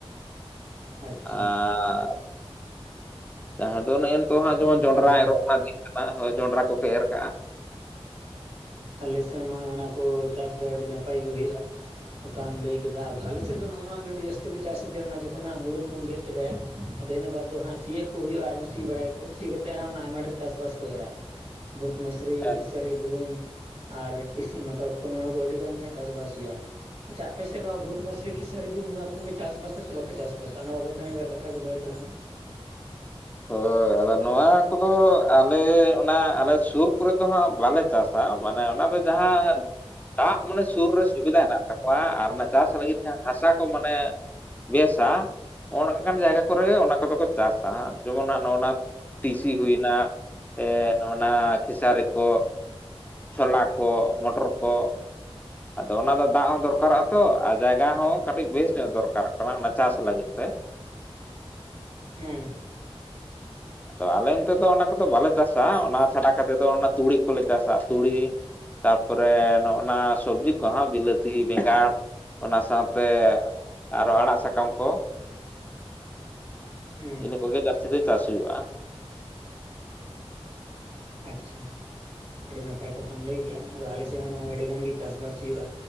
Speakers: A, on the right; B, on the left.
A: ᱟᱪᱪᱷᱟ
B: ᱟᱸ ᱡᱟᱦᱟᱸ ᱫᱚ ᱱᱮᱼᱮᱱ ᱛᱚᱜ ᱦᱟᱸᱜ ᱡᱮᱢᱚᱱ
A: ᱚᱱᱠᱟ
B: ᱡᱚᱱᱰᱨᱟ
A: ᱜᱮ
B: ᱮᱨᱚᱜ ᱨᱮᱱᱟᱜ ᱫᱤᱱ ᱠᱟᱱᱟ ᱦᱳᱭ ᱡᱚᱸᱰᱨᱟ ᱠᱚᱠᱚ ᱮᱨ ᱠᱟᱜᱼᱟ
A: ᱟᱞᱮ ᱥᱮᱜ ᱦᱚᱸ ᱱᱚᱜᱼᱚᱭ ᱚᱱᱟᱠᱚ ᱪᱟᱥ ᱫᱚ ᱟᱹᱰᱤ ᱱᱟᱯᱟᱭ ᱜᱮ ᱦᱩᱭᱩᱜᱼᱟ᱾ ᱚᱠᱟᱢ ᱞᱟᱹᱭ ᱠᱮᱫᱟ ᱟᱫᱚ ᱟᱞᱮᱥᱮᱫ ᱫᱚ ᱱᱚᱜᱼᱚ ᱱᱚᱣᱟᱜᱮ ᱟᱹᱰᱤ ᱡᱟᱹᱥᱛᱤ ᱠᱚ ᱪᱟᱥᱟ ᱡᱮ ᱚᱱᱟ ᱡᱚᱠᱷᱚᱱ ᱦᱟᱸᱜ ᱦᱩᱲᱩ ᱠᱚᱵᱚᱱ ᱜᱮᱫ ᱪᱟᱵᱟᱭᱟ ᱟᱫᱚ ᱤᱱᱟᱹ ᱵᱟᱫᱽ ᱫᱚ ᱦᱟᱸᱜ ᱥᱤᱭᱟᱜ ᱠᱚ ᱦᱩᱭᱩᱜᱼᱟ ᱟᱨᱦᱚᱸ ᱥᱤ ᱵᱟᱲᱟᱭᱟᱠᱚ ᱥᱤ ᱠᱟᱛᱮᱜ ᱦᱟᱸᱜ ᱚᱱᱟ ᱟᱭᱢᱟ ᱰᱷᱮᱨ ᱪᱟᱥᱵᱟᱥ ᱠᱚ ᱮᱨᱟ ᱵᱷᱩᱴ ᱢᱚᱹᱥᱨᱤ
B: ᱦᱮᱸ
A: ᱠᱤᱥᱟᱹᱨᱤ ᱜᱩᱦᱩᱢ ᱟᱨ ᱴᱤᱥᱤ ᱢᱚᱴᱚᱨ ᱠᱚ ᱱᱚᱣᱟ ᱠᱚ ᱟᱹᱰᱤ ᱜᱟᱱ ᱜᱮ ᱦᱟᱸᱜ ᱪᱟᱥᱵᱟᱥ ᱦᱩᱭᱩᱜᱼᱟ ᱟᱪᱪᱷᱟ ᱟᱯᱮ ᱥᱮᱫ ᱱᱚᱣᱟ ᱵᱷᱩᱴ ᱢᱟᱥᱨᱤ ᱠᱤᱥᱟᱹᱨᱤ ᱜᱩᱦᱩᱢ ᱱᱚᱣᱟ ᱠᱚᱯᱮ ᱪᱟᱥ ᱵᱟᱥᱟ ᱥᱮ ᱵᱟᱯᱮ ᱪᱟᱥᱵᱟᱥᱟ ᱚᱱᱟ ᱵᱟᱵᱚᱫ ᱛᱮ ᱦᱚᱸ ᱢᱤᱜ ᱵᱟᱨᱠᱟᱛᱷᱟ ᱠᱟᱛᱷᱟ ᱠᱚ ᱫᱚᱦᱚᱭ ᱛᱟᱞᱟᱝ ᱢᱮ
B: ᱦᱳᱭ ᱟᱫᱚ ᱱᱚᱣᱟ ᱠᱚᱫᱚ ᱟᱞᱮ ᱚᱱᱟ ᱟᱞᱮ ᱥᱩᱨ ᱠᱚᱨᱮ ᱫᱚ ᱦᱟᱸᱜ ᱵᱟᱞᱮ ᱪᱟᱥ ᱥᱟ ᱢᱟᱱᱮ ᱚᱱᱟ ᱫᱚ ᱡᱟᱦᱟᱸ ᱫᱟᱜ ᱢᱟᱱᱮ ᱥᱩᱨ ᱨᱮ ᱥᱩᱵᱤᱫᱟ ᱦᱮᱱᱟᱜ ᱛᱟᱠᱚ ᱠᱚᱣᱟ ᱟᱨ ᱚᱱᱟ ᱪᱟᱥ ᱞᱟᱹᱜᱤᱫ ᱛᱮ ᱦᱟᱸᱜ ᱦᱟᱥᱟ ᱠᱚ ᱢᱟᱱᱮ ᱵᱮᱥᱟ ᱚᱱᱠᱟᱱ ᱡᱟᱭᱜᱟ ᱠᱚᱨᱮ ᱜᱮ ᱚᱱᱟ ᱠᱚᱫᱚ ᱠᱚ ᱪᱟᱥᱟ ᱡᱮᱢᱚᱱ ᱱᱟᱸᱜ ᱱᱚᱣᱱᱟᱛ ᱴᱤᱥᱤ ᱦᱩᱭᱱᱟ ᱮᱸ ᱱᱚᱜᱼᱱᱟ ᱠᱷᱮᱥᱟᱨᱤ ᱠᱚ ᱪᱷᱚᱞᱟ ᱠᱚ ᱢᱚᱴᱚᱨ ᱠᱚ ᱟᱫᱚ ᱚᱱᱟ ᱫᱚ ᱫᱟᱜ ᱦᱚᱸ ᱫᱚᱨᱠᱟᱨᱚᱜᱼᱟ ᱛᱚ ᱟᱨ ᱡᱟᱭᱜᱟ ᱦᱚᱸ ᱠᱟᱹᱴᱤᱡ ᱵᱮᱥ ᱧᱚᱜ ᱫᱚᱨᱠᱟᱨᱚᱜ ᱠᱟᱱᱟ ᱚᱱᱟ ᱪᱟᱥ ᱞᱟᱹᱜᱤᱫ ᱛᱮ
A: ᱦᱩᱸ
B: ᱟᱫᱚ ᱟᱞᱮ ᱚᱱᱛᱮ ᱫᱚ ᱚᱱᱟ ᱠᱚᱫᱚ ᱵᱟᱞᱮ ᱪᱟᱥᱟ ᱚᱱᱟ ᱪᱷᱟᱰᱟ ᱠᱟᱛᱮᱫ ᱫᱚ ᱚᱱᱟ ᱛᱩᱲᱤ ᱠᱚᱞᱮ ᱪᱟᱥᱟ ᱛᱩᱲᱤ ᱛᱟᱨᱯᱚᱨᱮ ᱱᱚᱜᱼ ᱱᱟ ᱥᱚᱵᱽᱡᱤ ᱠᱚᱦᱚᱸ ᱵᱤᱞᱟᱹᱛᱤ ᱵᱮᱸᱜᱟᱲ ᱚᱱᱟ ᱥᱟᱶᱛᱮ ᱟᱨᱚ ᱟᱲᱟᱜ ᱥᱟᱠᱟᱢ ᱠᱚ
A: <inaudible> ᱦᱮᱸ
B: ᱤᱱᱟᱹ ᱠᱚᱜᱮ ᱡᱟᱹᱥᱛᱤ ᱫᱚ ᱪᱟᱥ ᱦᱩᱭᱩᱜᱼᱟ᱾
A: ᱟᱪᱪᱷᱟ ᱟᱹᱰᱤ ᱱᱟᱯᱟᱭ ᱠᱟᱛᱷᱟᱢ ᱞᱟᱹᱭ ᱠᱮᱫᱮᱜᱼᱟ ᱟᱫᱚ ᱟᱞᱮ ᱥᱮᱜ ᱦᱚᱸ ᱱᱚᱜᱼᱚᱭ ᱟᱹᱰᱤ ᱜᱟᱱ ᱜᱤ ᱪᱟᱥᱵᱟᱥ ᱦᱩᱭᱩᱜᱼᱟ᱾